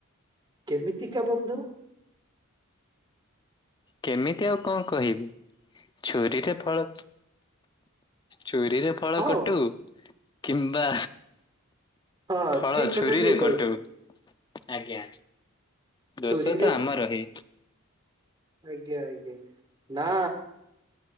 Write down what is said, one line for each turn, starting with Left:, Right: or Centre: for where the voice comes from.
Right: କେମିତିକା ବନ୍ଧୁ
Left: କେମିତି ଆଉ କଣ କହିବି ଛୁରୀରେ ଫଳ ଚୁରୀରେ ଫଳ
Right: ହଁ
Left: କଟୁ କିମ୍ବା
Right: ହଁ
Left: ଫଳ
Right: ଠିକ କଥା
Left: ଛୁରୀରେ
Right: ଟିକେ କହିଲ
Left: କଟୁ ଆଜ୍ଞା
Right: ଛୁରୀରେ
Left: ଦୋଷ ତ ଆମର ହି
Right: ଆଜ୍ଞା ଆଜ୍ଞା ନା